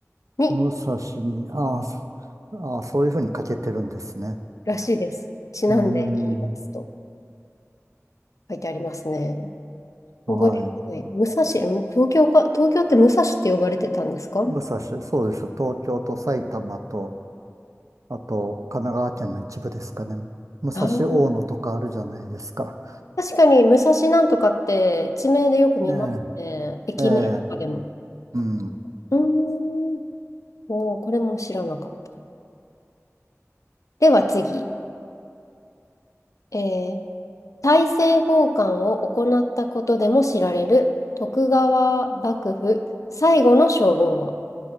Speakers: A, on the left; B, on the right.
A: に、
B: 武蔵に、ああ、そあーそういうふうに書けてるんですね。
A: らしいです。ちなんで言いますと
B: うん。
A: 書いてありますね。覚えやすい。
B: はい。
A: 武蔵、東京か、東京って武蔵って呼ばれてたんですか
B: 武蔵、そうです。東京と埼玉と、あと神奈川県の一部ですかね。武蔵大野とかあるじゃないですか。
A: あー確かに武蔵なんとかって地名でよく見ますね。
B: ね
A: 駅名とかでも。
B: え、ええ、うん。
A: うーん。おー、これも知らなかった。では次。えー、大政奉還を行ったことでも知られる徳川幕府最後の将軍は